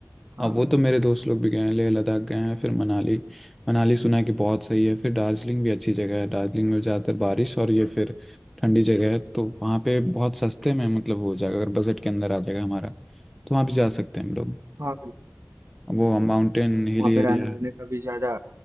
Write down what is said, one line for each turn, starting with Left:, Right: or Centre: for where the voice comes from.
Right: हाँ
Centre: हाँ वो तो मेरे दोस्त लोग भी गए हैं लेह लद्दाख गए हैं फिर मनाली मनाली सुना है कि बहुत सही है फिर दार्जिलिंग भी अच्छी जगह है दार्जिलिंग में ज़्यादातर बारिश और ये फिर ठंडी जगह है तो वहाँ पे बहुत सस्ते में मतलब हो जाएगा अगर बजट के अंदर आ जाएगा हमारा तो वहाँ भी जा सकते हैं हम लोग
Right: हाँ बिल्कुल
Centre: वो
Right: बिल्कुल
Centre: माउंटेन हिली
Right: वहाँ पे रहने
Centre: एरिया
Right: वहने
Centre: है
Right: का भी ज़्यादा